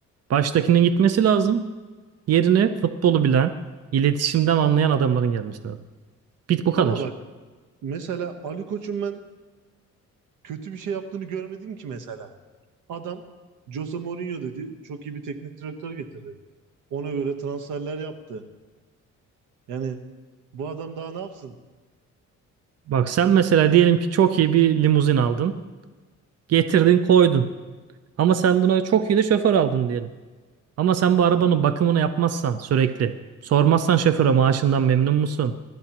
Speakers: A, on the right; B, on the right.
A: Baştakinin gitmesi lazım yerine futbolu bilen iletişimden anlayan adamların gelmesi lazım. Bit bu kadar.
B: Ama bak mesela Ali Koç'un ben kötü bir şey yaptığını görmedim ki mesela. Adam Jose Mourinho dedi. Çok iyi bir teknik direktör getirdi. Ona göre transferler yaptı. Yani bu adam daha ne yapsın?
A: Bak sen mesela diyelim ki çok iyi bir limuzin aldın getirdin koydun ama sen buna çok iyi de şoför aldın diyelim. Ama sen bu arabanın bakımını yapmazsan sürekli, sormazsan şoföre maaşından memnun musun?